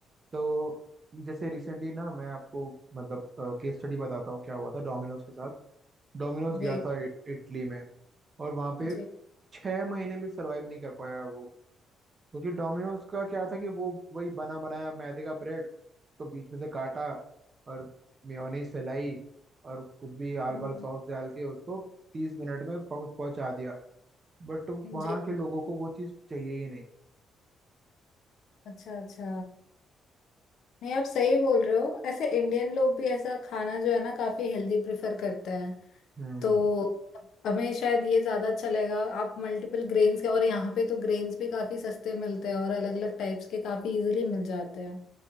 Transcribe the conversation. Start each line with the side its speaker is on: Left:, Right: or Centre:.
Right: तो जैसे रिसेंटली ना मैं आपको मतलब केस स्टडी बताता हूँ क्या हुआ था डोमिनोज के साथ डोमिनोज गया
Left: जी
Right: था इ- इटली में और वहाँ पे
Left: जी
Right: छः महीने भी सरवाइव नहीं कर पाया वो क्योंकि डोमिनोज का क्या था कि वो वही बना बनाया मैदे का ब्रेड तो बीच में से काटा और मेयोनीज फैलाई और कुछ भी आल
Left: हम्म,
Right: बाल सॉस डाल के उसको तीस मिनट में पहुंच पहुंचा दिया बट वहाँ
Left: जी
Right: के लोगों को वो चीज़ चाहिए ही नहीं
Left: अच्छा अच्छा नहीं आप सही बोल रहे हो ऐसे इंडियन लोग भी ऐसा खाना जो है ना काफी हेल्दी प्रेफर करते हैं
Right: हम्म
Left: तो हमें शायद ये ज्यादा अच्छा लगेगा आप मल्टीपल ग्रेन्स के और यहाँ पे तो ग्रेन्स भी काफी सस्ते मिलते हैं और अलग अलग टाइप्स के काफी इजीली मिल जाते हैं